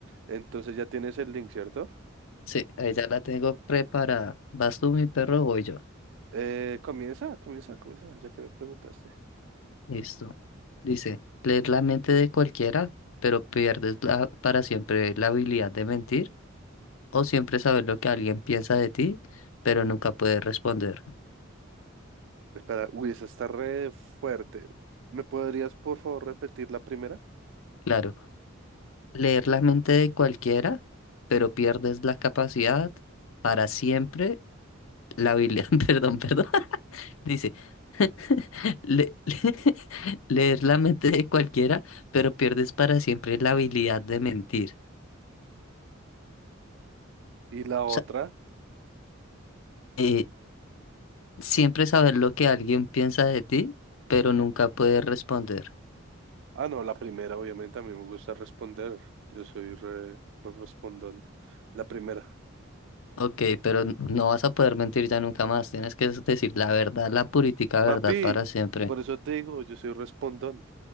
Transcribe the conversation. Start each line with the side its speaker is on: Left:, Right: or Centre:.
Right: Entonces ya tienes el link, ¿cierto?
Left: Sí, ahí ya la tengo preparada. ¿Vas tú, mi perro, o voy yo?
Right: Eh, comienza, comienza, comienza, ya que me preguntaste.
Left: Listo. Dice, leer la mente de cualquiera, pero pierdes la- para siempre la habilidad de mentir, o siempre saber lo que alguien piensa de ti, pero nunca puedes responder.
Right: Espera, uy, esa está re fuerte. ¿Me podrías, por favor, repetir la primera?
Left: Claro. leer la mente de cualquiera, pero pierdes la capacidad para siempre, la habilidad, <laughs> perdón, perdón, <laughs> dice, <laughs> le- <laughs> leer la mente de cualquiera, pero pierdes para siempre la habilidad de mentir.
Right: ¿Y la otra?
Left: O sea, eh, siempre saber lo que alguien piensa de ti, pero nunca puedes responder.
Right: Ah, no, la primera, obviamente, a mí me gusta responder. Yo soy re, re respondón. La primera.
Left: Ok, pero n- no vas a poder mentir ya nunca más, tienes que decir la verdad, la purítica
Right: Papi,
Left: verdad para siempre.
Right: por eso te digo, yo soy respondón.